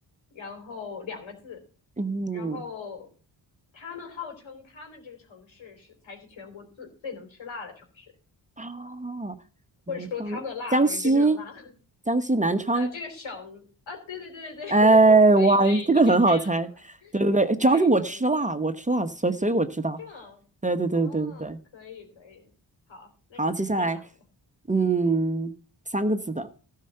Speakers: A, on the left; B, on the right.
A: 然后两个字，
B: 嗯，
A: 然后他们号称他们这个城市是才是全国最最能吃辣的城市，
B: 啊，南方江西
A: 或者说他们的辣才是真正的辣。<laughs>
B: 江西南昌。
A: 呃，这个省啊，对对对对对，
B: 哎，
A: <laughs> 可以可以，
B: 哇，这个很好猜，
A: 你这个猜的很快，
B: 对对对，主要是我吃辣，
A: 可以可以，
B: 我吃辣，所以所以我知道，
A: 这样哦，
B: 对对对对对对。
A: 可以可以，好，那你你再想一个，
B: 好，接下来，嗯，三个字的，